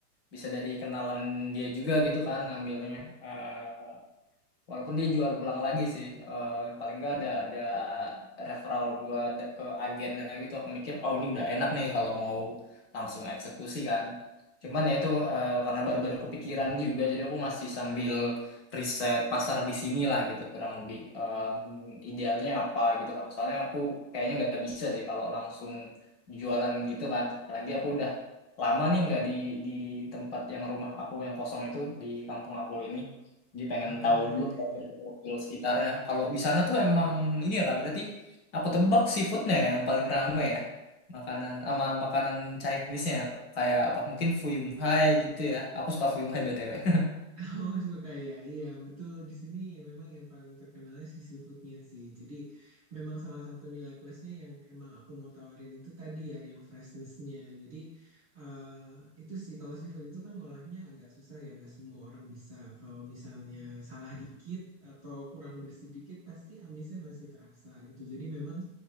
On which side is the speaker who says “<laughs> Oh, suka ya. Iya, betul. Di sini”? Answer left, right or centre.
Right